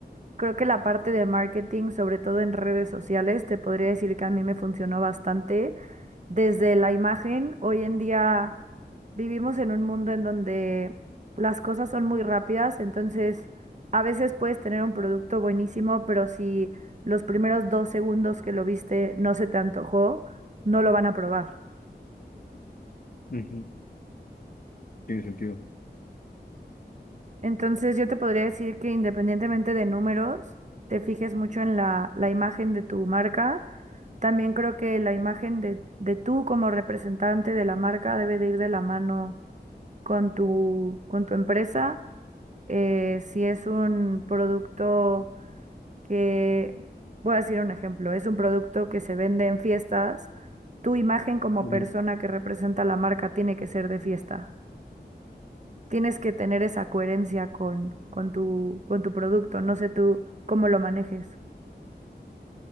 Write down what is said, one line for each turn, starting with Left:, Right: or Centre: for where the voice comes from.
Right: creo que la parte de marketing, sobre todo en redes sociales, te podría decir que a mí me funcionó bastante. Desde la imagen, hoy en día vivimos en un mundo en donde las cosas son muy rápidas, entonces a veces puedes tener un producto buenísimo, pero si los primeros dos segundos que lo viste no se te antojó, no lo van a probar.
Left: Ujú, Tiene sentido.
Right: Entonces yo te podría decir que independientemente de números, te fijes mucho en la, la imagen de tu marca. También creo que la imagen de, de tú como representante de la marca debe de ir de la mano con tu, con tu empresa. Eh, si es un producto que, voy a decir un ejemplo, es un producto que se vende en fiestas, tu imagen como
Left: Ujú.
Right: persona que representa la marca tiene que ser de fiesta tienes que tener esa coherencia con, con tu, con tu producto. No sé tú cómo lo manejes.